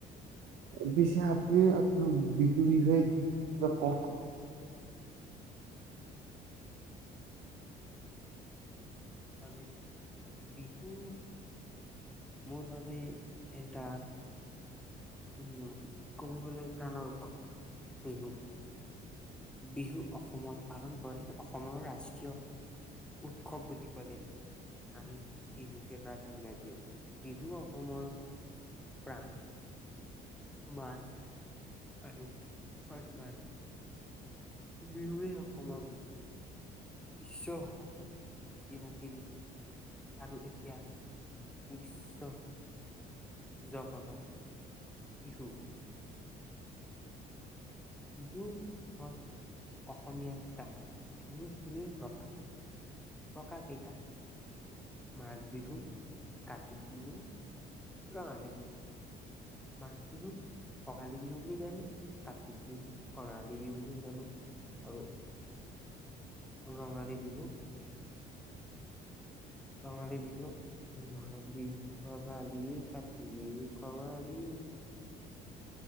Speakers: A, on the right (about 80°); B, in the centre.
A: পিছে আপুনি আপোনাৰ বিহু বিষয়। কিবা ক'ক আকৌ।
B: হয়। বিহু মোৰ বাবে এটা। উম। ক'ব গ'লে প্ৰাণৰ উৎসৱ বিহু। বিহু অসমত। পালন কৰে অসমৰ ৰাষ্ট্ৰীয় উৎসৱ বুলি ক'লে আমি বিহুকে প্ৰাধান্য দিওঁ বিহু অসমৰ। প্ৰাণ। মান। আৰু। সন্মান। বিহুৱে অসমক। বিশ্ব ভাৰতত চিনাকি দিছো আৰু এতিয়া বিশ্বৰ। জগতত। বিহু। বিহু হয় অসমীয়াৰ প্ৰাণ। বিহু তিনি প্ৰকাৰ। প্ৰকাৰ কেইটা। মাঘ বিহু, কতি বিহু। ৰঙালী বিহু। মাঘ বিহুত। কঙালী বিহু বুলি জানো কাতিক। বিহু কঙালী বিহু বুলি জানো আৰু ৰঙালী বিহু। ৰঙালী বিহু মাঘ বিহু ভোগালী, কাতি বিহু কঙালি।